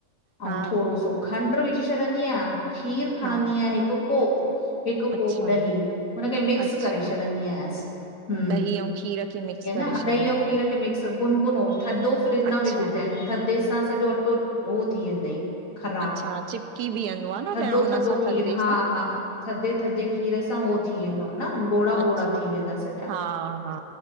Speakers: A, on the right; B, on the left.
A: हा
B: अउ थोरो सो खंड्र विझी छॾींदी आहियां खीर खणंदी
A: हा
B: आहियां हिकु कोप। हिकु कोप
A: अच्छा
B: ॾही हुनखे मिक्स
A: अच्छा
B: करे छॾींदी आयसि। हम्म
A: ॾही ऐं खीर खे मिक्स
B: हेन
A: करे
B: ॾही
A: छॾींदा
B: ओर
A: आहिनि
B: खीर खे मिक्स गुनगुनो थधो फ्रिज
A: अच्छा
B: न विझंजे थधे सां सॼो अटो उहो थी वेंदई। ख़राब
A: अच्छा चिपकी बीहंदो आहे न
B: थधो
A: ॼणु हुन
B: थधो
A: सां
B: खीर
A: थधे
B: हा
A: सां
B: हा ह थधे थधे खीर खीर सां हो थी वेंदो आ न ॻोड़ा ॻोड़ा
A: अच्छा
B: थी वेंदा सॼा
A: हा हा